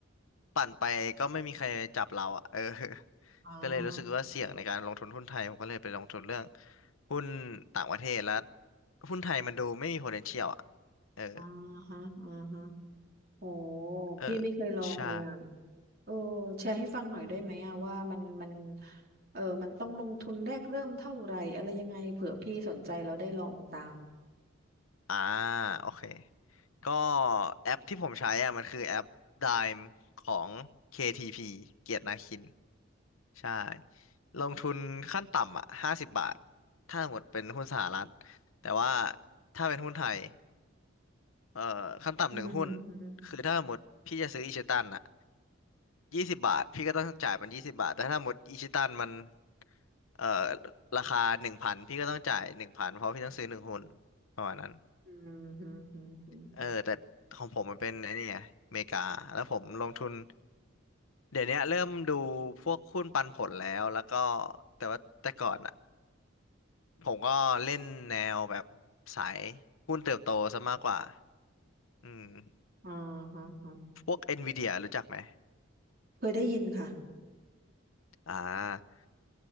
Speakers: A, on the left (about 80°); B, on the right (about 45°).
A: ปั่นไปก็ไม่มีใครจับเราอ่ะ เออ
B: อ่า
A: ก็เลยรู้สึกว่าเสี่ยงในการลงทุนหุ้นไทย ผมก็เลยไปลงทุนเรื่องหุ้นต่างประเทศแล้วหุ้นไทยมันดูไม่มี potential อ่ะเออ
B: อ่าฮะอ่าฮะโห
A: เออ
B: พี่ไม่เคยลองเลยอ่ะ
A: ใช่
B: เออแชร์ให้ฟังหน่อยได้ไหมอ่ะว่ามันมันเออมันต้องลงทุนแรกเริ่มเท่าไหร่อะไรยังไงเผื่อพี่สนใจแล้วได้ลองตาม
A: อ่าโอเค ก็แอปที่ผมใช้อ่ะมันคือแอป Dime ของ KTP เกียรตินาคิน ใช่ลงทุนขั้นต่ำอ่ะห้าสิบบาทถ้าหมดเป็นหุ้นสหรัฐแต่ว่าถ้าเป็นหุ้นไทยเอ่อขั้นต่ำหนึ่งหุ้น
B: อืม
A: คือถ้าหมดพี่จะซื้ออิชิตันอ่ะยี่สิบบาทพี่ก็ต้องจ่ายมันยี่สิบบาทแต่ถ้าหมดอิชิตันมันเอ่อราคาหนึ่งพันพี่ก็ต้องจ่ายหนึ่งพันเพราะพี่ต้องซื้อหนึ่งหุ้นประมาณนั้น
B: อืมฮึฮึฮึ
A: เออแต่ของผมมันเป็นไอ้นี่ไงอเมริกาแล้วผมลงทุนเดี๋ยวเนี้ยเริ่มดูพวกหุ้นปันผลแล้วแล้วก็แต่ว่าแต่ก่อนอะ ผมก็เล่นแนวแบบสายหุ้นเติบโตซะมากกว่า อืม
B: อ๋อฮะฮะ
A: พวก NVIDIA รู้จักไหม
B: เคยได้ยินค่ะ
A: อ่า